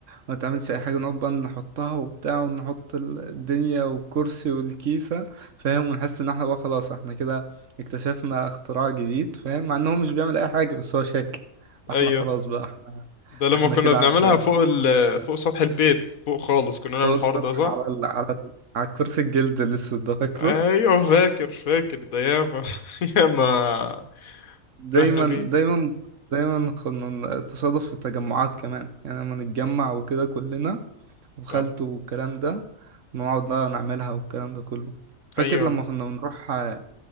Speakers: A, on the right; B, on the left.
A: ما تعملش اي حاجه نقعد بقى نحطها وبتاع ونحط ال- الدنيا والكرسي والكيسه فاهم ونحس ان احنا بقى خلاص احنا كده اكتشفنا اختراع جديد فاهم مع ان هو مش بيعمل اي حاجه بس هو شكل احنا
B: ايوه
A: خلاص بقى احنا
B: ده لما
A: احنا
B: كنا
A: كده
B: بنعملها
A: عدينا
B: فوق ال... فوق سطح البيت فوق خالص كنا نعمل
A: قلت
B: الحوار ده صح؟
A: على ال... على ال... على كرسي الجلد الأسود ده فاكره
B: ايوه فاكر فاكر ده ياما <laughs> ياما
A: دايما
B: فرحنا بيه
A: دايما دايما كنا تصادف في التجمعات كمان يعني لما نتجمع
B: مم.
A: وكده كلنا وخالته
B: اه
A: والكلام ده نقعد بقى نعملها والكلام ده كله فاكر
B: ايوه
A: لما كنا بنروح آه،